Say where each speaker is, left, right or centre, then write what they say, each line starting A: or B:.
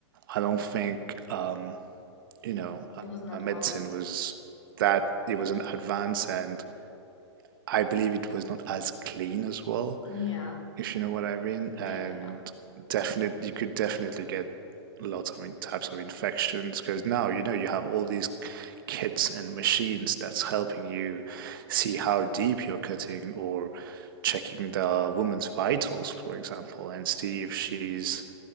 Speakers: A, on the right; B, on the left.
A: I don't think, um, you know, uh,
B: It wasn't advanced.
A: uh, medicine was that, it was an advance, and I believe it was not as clean as well.
B: Yeah,
A: if you know what I mean.
B: yeah,
A: And
B: yeah,
A: definite, you could definitely get lots of in- types of infections because now you know you have all these kits and machines that's helping you see how deep you're cutting or checking the woman's vitals, for example, and see if she's,